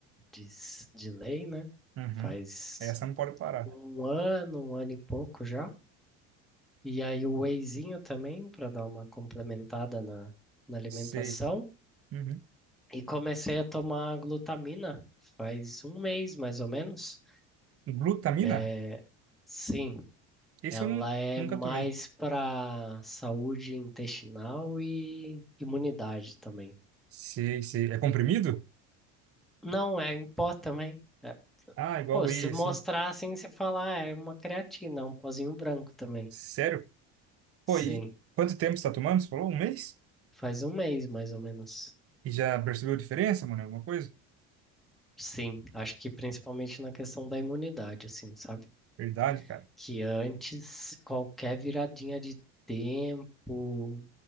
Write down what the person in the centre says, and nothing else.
diz de lei, né?
Faz.
um ano, um ano e pouco já. E aí o wheyzinho também, para dar uma complementada na, na alimentação.
E comecei a tomar glutamina faz um mês, mais ou menos.
É, Sim,
ela
é
mais
para saúde intestinal e imunidade também.
Não é em pó também. É,
pô,
se mostrar
assim, você falar, ah, é uma creatina, é um pozinho branco também.
Sim,
faz um mês mais ou menos.
Sim, acho que principalmente na questão da imunidade, assim, sabe?
Que antes qualquer viradinha de tempo